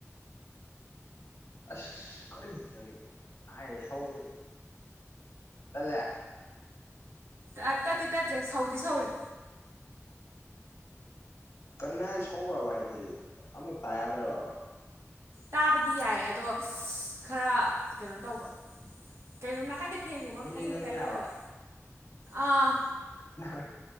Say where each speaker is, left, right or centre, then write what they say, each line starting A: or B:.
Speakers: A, on the left; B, on the right.
A: ꯑꯁ ꯀꯔꯤꯅꯣ ꯇꯧꯏꯖꯤꯕꯨ ꯑꯥꯏꯗ ꯁꯧꯒꯤꯝ ꯇꯜꯂꯦ
B: ꯑꯥ ꯇꯠꯇꯤ ꯇꯠꯇ꯭ꯔꯦ ꯁꯧꯗꯤ ꯁꯧꯔꯤ
A: ꯀꯟꯅ ꯁꯧꯕ꯭ꯔꯕꯥ ꯍꯥꯏꯗꯤ ꯑꯃꯨꯛ ꯇꯥ ꯌꯥꯗ꯭ꯔꯕꯥꯕ
B: ꯇꯥꯕꯗꯤ ꯌꯥꯏ ꯑꯗꯣ ꯈꯔ ꯀꯩꯅꯣ ꯇꯧꯕ ꯀꯩꯅꯣꯝ ꯅꯥꯀꯟꯗꯩ ꯐꯦꯟꯒꯨꯝꯕ ꯑꯃ
A: ꯏꯟꯖꯤꯟ
B: ꯊꯥꯖꯟꯕꯩ
A: ꯉꯪꯉꯤꯔꯕ
B: ꯇꯥꯏꯞ ꯇꯧꯋꯦ ꯍꯥꯏꯕ ꯑꯥ
A: ꯅꯥꯀꯟ